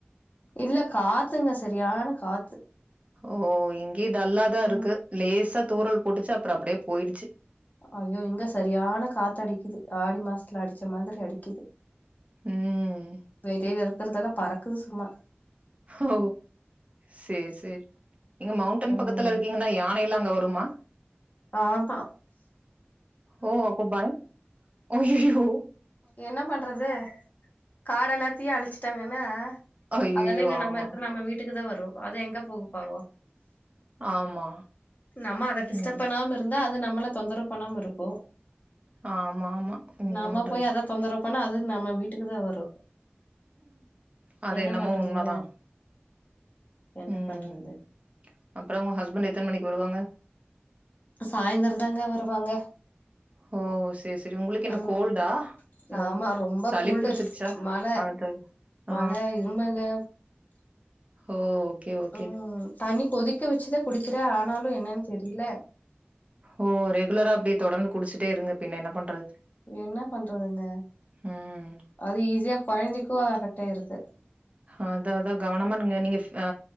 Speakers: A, on the left; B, on the right.
A: இல்ல காத்துங்க செரியான காத்து
B: ஓ இங்கயே டல்ல தா
A: ம்
B: இருக்கு லேசா தூரல் போட்டுச்சு அப்புறோ அப்டியே போயிடுச்சு
A: ஐய்யோ இங்க செரியான காத்து அடிக்குது ஆடி மாசத்துல அடிச்ச மாதிரி அடிக்குது
B: ம்
A: வெளில இருக்குறதெல்லா பறக்குது சும்மா
B: ஓ சேர் சேரி இங்க மவுண்ட்டன்
A: ம்
B: பக்கத்துல இருக்கிங்னா யானை எல்லா அங்க வருமா
A: ஆ ப்பா
B: ஓ அப்ப பயந் அய்யயோ
A: என்ன பண்றது காட எல்லாத்தையு அழிச்சுட்டாங்கனா
B: அய்யய்யோ
A: அதெல்லா இன்னு
B: ஆமா
A: நம்ம இருக்குற நம்ம வீட்டுக்குதா வரு அது எங்க போகு பாவோ
B: ஆமா
A: நம்ம அத டிஸ்டர்ப்
B: ம்
A: பண்ணாம இருந் தா அது நம்மள தொந்தர பண்ணாம இருக்கு
B: ஆமாமா என்ன
A: நம்ம
B: பண்
A: போய் அத தொந்தர பண்ணா அது நம்ம வீட்டுக்குதா வரு
B: அது
A: என்ன
B: என்னமோ
A: பண்றதுங்க
B: உண்மதா
A: என்ன
B: ம்,
A: பண்றது
B: அப்பறோ உங்க ஹஸ்பண்ட் எத்தன மணிக்கு வருவாங்க
A: சாய்ந்தரந்தாங்க வருவாங்க
B: ஓ சேரி சேரி உங்களுக்கு என்ன
A: ம்
B: கோல்டா ம்
A: ஆமா ரொம்ப
B: சளி
A: கோல்டு
B: புடிச்சிருச்சா
A: மழ
B: அது, ஆ,
A: மழ இருமலு
B: ஓ ஓகே ஓகே
A: ம் தண்ணி கொதிக்க வச்சுதா குடி க்கிறே ஆனாலு என்னன்னு தெரில
B: ஓ ரெகுலரா அப்டியே தொடர்ந்து குடிச்சுட்டே இருங்க பின்ன என்ன பண்றது
A: என்ன பண்றதுங்க
B: ம்
A: அது ஈஸியா கொழந்தைக் கு அபெக்ட் ஆயிருது
B: அதா அதா கவனமா இருங்க நீங்க ஃப் ஆ